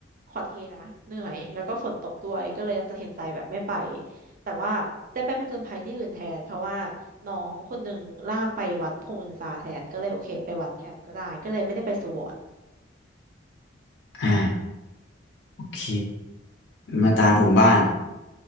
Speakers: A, on the right; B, on the left.
A: ขอเทนะเหนื่อยแล้วก็ฝนตกด้วยก็เลยตัดสินใจแบบไม่ไปแต่ว่าได้ไปผจญภัยที่อื่นแทนเพราะว่า น้องคนหนึ่งลากไปวัดพงศ์อินทราแทนก็เลยโอเคไปวัดแทนก็ได้ก็เลยไม่ได้ไปสุวรรณ
B: อ่าโอเคมาตาผมบ้าง